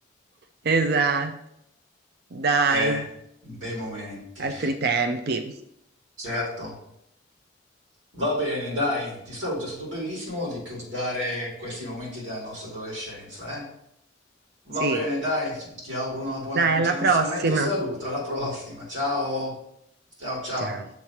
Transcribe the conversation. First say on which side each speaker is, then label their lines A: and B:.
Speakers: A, on the right; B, on the right.
A: esatto, dai.
B: Eh, bei momenti,
A: Altri tempi.
B: certo. Va bene, dai, ti saluto, è stato bellissimo ricordare questi momenti della nostra adolescenza, eh. Va
A: Sì.
B: bene, dai, ti auguro una buona
A: Dai,
B: continuazione
A: alla prossima.
B: e ti saluto, alla prossima, ciao, ciao, ciao.
A: Ciao.